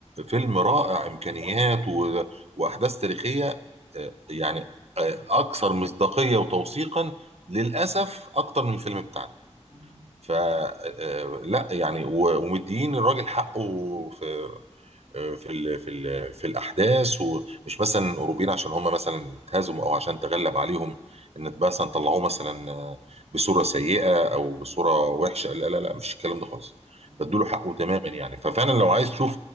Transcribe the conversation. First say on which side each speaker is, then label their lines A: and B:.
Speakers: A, on the right (about 60°); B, on the right (about 20°).
A: فيلم رائع
B: طب،
A: امكانيات و... واحداث تاريخيه آه،
B: مظبوط
A: يعني آه،
B: اكيد
A: اكثر مصداقيه وتوثيقا للاسف اكتر من الفيلم بتاعنا
B: مم.
A: فلا يعني و- ومديين الراجل حقه في آه، في ال في ال في الاحداث ومش مثلا الاوروبيين عشان هم مثلا اتهزموا او عشان تغلب عليهم ان مثلا طلعوه مثلا بصوره سيئه او بصوره وحشه لا لا لا مش الكلام ده خالص
B: مم.
A: فادوا له حقه تماما يعني ففعلا لو عايز تشوف